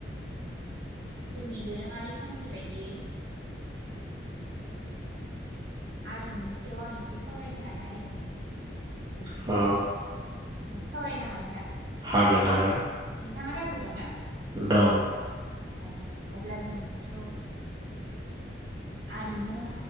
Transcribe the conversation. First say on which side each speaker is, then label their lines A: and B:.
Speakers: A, on the right; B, on the right.
A: जोंनि दोरोङारि खान्थि बायदियै आरिमुनि सायाव आं एसे सावरायनो लानो नागिरदोंमोन नोंथां
B: औ
A: औ सावरायनो हागोन दा?
B: हागोन हागोन
A: नोंथाङा राजि दं ना?
B: दं
A: औ अब्ला जोंथ' आरिमु